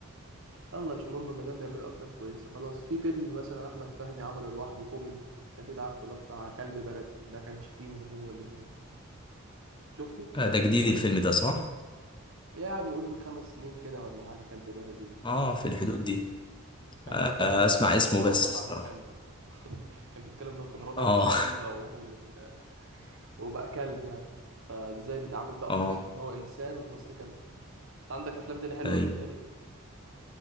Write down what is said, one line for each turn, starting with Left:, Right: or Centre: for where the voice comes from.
Right: يلا مش مهم ما دام بيعملوا أفلام كويسة خلاص في فيلم مثلا أحمد فهمي عمله لوحده كوميدي أنت كده عارفه اللي هو بتاع كلب بلدي ده كانش فيهم هو الاتنين شفته؟
Left: آه، ده جديد الفيلم ده صح
Right: يعني قول من خمس سنين كده ولا حاجة كلب بلدي ده
Left: اه في الحدود دي
Right: كان
Left: آه،
Right: بيتكلم
Left: آه،
Right: إن
Left: اسمع
Right: هو
Left: اسمه بس
Right: رضع
Left: الصراحه
Right: من كلبة <laughs> كان بيتكلم إنه كان رضع
Left: اه
Right: من كلبة وهو وبقى كلب يعني فازاي بيتعامل
Left: <laughs>
Right: بقى
Left: اه
Right: في وسط ان هو انسان وفي وسط كلب انت عندك افلام تاني حلوه
Left: ايوه
Right: تقولها لي